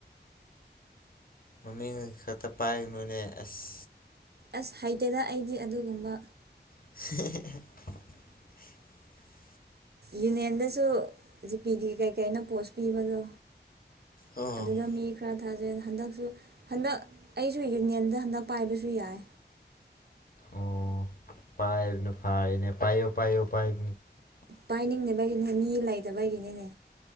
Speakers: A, on the left; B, on the right.
A: ꯃꯃꯤꯡꯒꯤꯈꯛꯇ ꯄꯥꯏꯒꯅꯨꯅꯦ ꯑꯁ
B: ꯑꯁ ꯍꯩꯇꯦꯗ ꯑꯩꯗꯤ ꯑꯗꯨꯒꯨꯝꯕ
A: <unintelligible>
B: ꯌꯨꯅꯤꯌꯟꯗꯁꯨ ꯖꯤꯄꯤꯒꯤ ꯀꯩꯀꯩꯅꯣ ꯄꯣꯁ ꯄꯤꯕꯗꯣ
A: ꯑꯣ
B: ꯑꯗꯨꯗ ꯃꯤ ꯈꯔ ꯊꯥꯖꯩ ꯍꯟꯗꯛꯁꯨ ꯍꯟꯗꯛ ꯑꯩꯁꯨ ꯌꯨꯅꯤꯌꯟꯗ ꯍꯟꯗꯛ ꯄꯥꯏꯕꯁꯨ ꯌꯥꯏ
A: ꯑꯣ ꯄꯥꯏꯕꯅ ꯐꯔꯦꯅꯦ ꯄꯥꯏꯌꯣ ꯄꯥꯏꯌꯣ ꯄꯥꯏꯌꯣ
B: ꯄꯥꯏꯅꯤꯡꯗꯕꯒꯤꯅꯦ ꯃꯤ ꯂꯩꯇꯕꯒꯤꯅꯦ